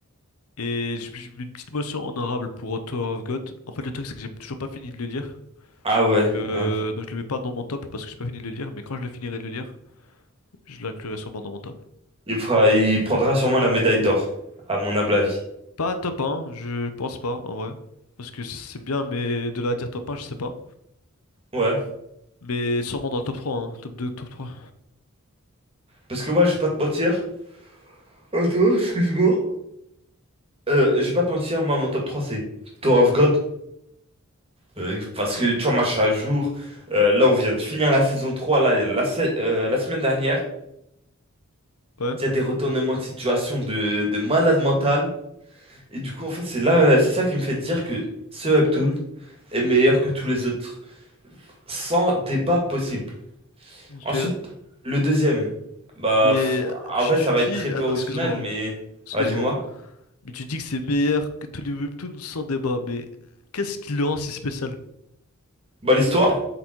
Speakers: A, on the left; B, on the right.
A: et j'ai j'ai mis une petite motion honorable pour Author of God. En fait, le truc, c'est que j'ai toujours pas fini de le lire.
B: Ah ouais,
A: Euh,
B: ouais.
A: donc je le mets pas dans mon top parce que j'ai pas fini de le lire, mais quand je le finirai de le lire, je l'inclurai sûrement dans mon top.
B: Il fera- il prendra sûrement la médaille d'or, à mon humble avis.
A: Pas top 1, je pense pas en vrai. Parce que c'est bien, mais de là à dire top 1, je sais pas.
B: Ouais.
A: Mais sûrement dans le top 3, hein. Top 2, top 3.
B: Parce que moi, je vais pas te mentir. Attends, excuse-moi. Euh, je vais pas te mentir, moi, mon top 3 c'est Tour of God. Euh, parce que, tu vois, moi, je suis à jour. Euh, là, on vient de finir la saison 3. là, la, se- euh, la semaine dernière.
A: Ouais,
B: Il y a des retournements de situation de, de malade mental. Et du coup, en fait, c'est là, euh, c'est ça qui me fait dire que ce webtoon est meilleur que tous les autres. Sans débat possible.
A: ok.
B: Ensuite, le deuxième. Bah,
A: Mais
B: pff,
A: euh, tu,
B: en fait,
A: tu
B: ça va
A: dis.
B: être très peu
A: Attends,
B: original,
A: excuse-moi.
B: mais.
A: hein. Excuse-moi.
B: Ah, dis-moi.
A: Mais tu dis que c'est meilleur que tous les webtoons sans débat. Mais qu'est-ce qui le rend si spécial?
B: Bah, l'histoire.